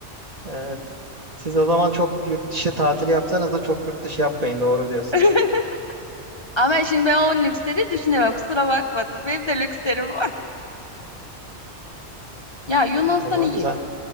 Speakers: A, on the right (about 35°); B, on the left (about 30°).
A: evet. Siz o zaman çok yurt dışı tatili yapsanız da çok yurt dışı yapmayın doğru diyorsun.
B: <laughs> Ama şimdi ben o lüksleri düşünemem. Kusura bakmasın. Benim de lükslerim var. Ya Yunanistan
A: O zaman
B: iyi.
A: güzel.